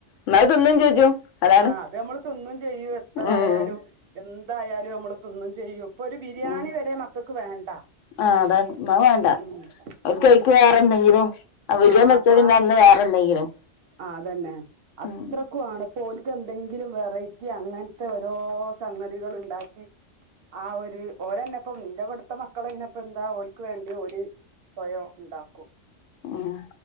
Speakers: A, on the left (about 85°); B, on the right (about 60°).
A: എന്നാ തിന്നും ചോജും അതാണ്
B: ആഹ് അത് നമ്മള് തിന്നും ചെയ്യും എത്ര
A: ഉം
B: ആയാലും എന്തായാലും അമ്മള് തിന്നും ചെയ്യും ഇപ്പൊ ഒരു ബിരിയാണി
A: ഉം
B: വരെ മക്കക്ക് വേണ്ട
A: ആ അതാണ് എന്നാ വേണ്ട
B: ഉം
A: ഓൽക്ക്
B: ഉം
A: അയ്ക്ക് വേറെ എന്തെങ്കിലും അവിരിയൻ
B: ആഹ്
A: വെച്ച
B: അപ്പൊ
A: പിന്നെ
B: ആ
A: അന്ന് വേറെ എന്തെങ്കിലും
B: ആഹ് അതന്നെ അത്രക്
A: ഉം
B: ക്കും ആണ് ഇപ്പ ഓൽക്ക്‌ പ്പോ എന്തെങ്കിലും വെറൈറ്റി അങ്ങൻത്തെ ഓരോ സംഗതികള് ഇണ്ടാക്കി ആ ഒര് ഓരന്നെപ്പ ഇന്റെ ഇവട്ത്തെ മക്കളയ്നപ്പന്താ ഓൽക്ക് വേണ്ടി ഓല് സ്വയം ഇണ്ടാക്കും
A: ഉം